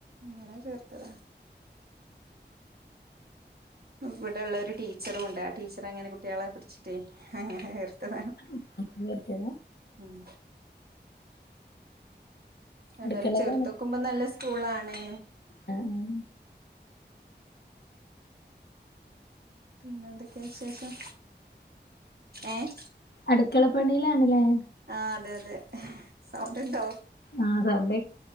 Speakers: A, on the right (about 60°); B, on the left (about 65°).
A: ങ്ങനെ ചേർത്തതാ. ഇവടെള്ളരു ടീച്ചറുണ്ട് ആ ടീച്ചറങ്ങനെ കുട്ട്യളെ പഠിച്ചിട്ടേ അങ്ങനെ ചേർത്തതാണ്.
B: <unintelligible> ചേർത്ത്യത.
A: ഉം.
B: അടുക്കളയിലാണ്
A: എതയലും ചെർത്തൊക്കുമ്പ നല്ല സ്കൂളാണെനും.
B: അ ഉം.
A: പിന്നെന്തൊക്കെ വിശേഷം ഏഹ്.
B: അട്ക്കളപ്പണിയിലാണ്ലേ.
A: ആഹ് അതെ അതെ സൗണ്ട് ഉണ്ടോ
B: ആ സൗണ്ട്